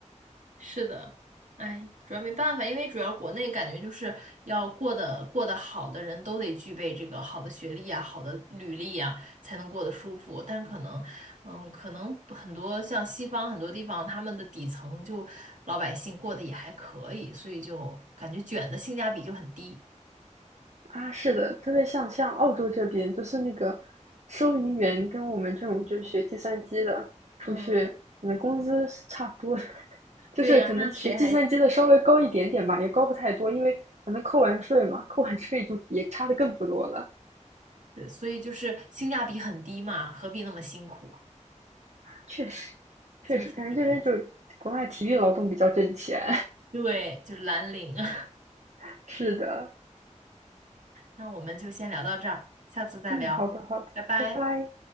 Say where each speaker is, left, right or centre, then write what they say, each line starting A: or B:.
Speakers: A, on the right; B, on the right.
A: 是的，哎，主要没办法，因为主要国内感觉就是要过得过得好的人都得具备这个好的学历啊、好的履历啊，才能过得舒服。但可能，嗯，可能很多像西方很多地方，他们的底层就老百姓过得也还可以，所以就感觉卷的性价比就很低。
B: 啊，是的，特别像像澳洲这边，就是那个收银员跟我们这种就是学计算机的出去，
A: 嗯，
B: 可能工资是差不多的，<laughs> 就是可能学计算机的稍微高一点点吧，
A: 对呀，那谁还
B: 也高不太多，因为反正扣完税嘛，扣完税就也差的更不多了。
A: 对，所以就是性价比很低嘛，何必那么辛苦？
B: 确实，确实，
A: 就是这个意思。
B: 感觉这边就国外体力劳动比较挣钱。
A: 对，就是蓝领。<laughs>
B: <laughs> 是的，
A: 那我们就先聊到这儿，下次再聊，
B: 嗯，好的，好的，
A: 拜拜。
B: 拜拜。